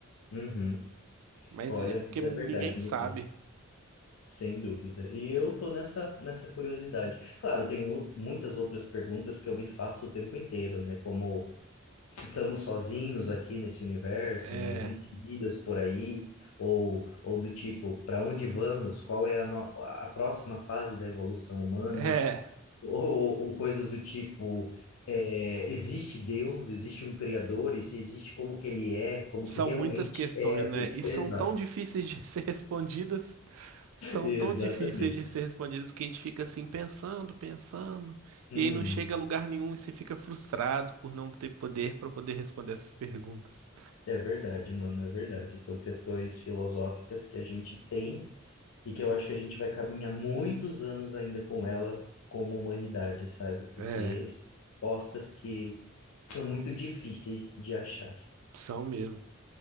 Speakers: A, on the left (about 75°); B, on the right (about 85°).
A: Uhum.
B: Mas
A: Olha,
B: é porque
A: mas é
B: ninguém
A: verdade,
B: sabe.
A: meu querido. Sem dúvida. E eu tô nessa, nessa curiosidade. Claro, tem o- muitas outras perguntas que eu me faço o tempo inteiro, né? Como se estamos sozinhos aqui nesse universo,
B: É.
A: né? Existem vidas por aí? Ou, ou do tipo, para onde vamos? Qual é a, no- a próxima fase da evolução humana?
B: É,
A: Ou, ou coisas do tipo, é, existe Deus? Existe um Criador? E se existe, como que ele é? Como
B: são
A: que realmente
B: muitas questões,
A: é a figura?
B: né? E são
A: <laughs> Exato.
B: tão difíceis de <laughs> ser respondidas, são
A: Exatamente.
B: tão difíceis de ser respondidas que a gente fica assim pensando, pensando,
A: Uhum.
B: e aí não chega a lugar nenhum e você fica frustrado por não ter poder para poder responder essas perguntas.
A: É verdade, mano, é verdade. São questões filosóficas que a gente tem e que eu acho que a gente vai caminhar muitos anos ainda com elas como humanidade, sabe? Porque
B: É,
A: são respostas que são muito difíceis de achar.
B: são mesmo.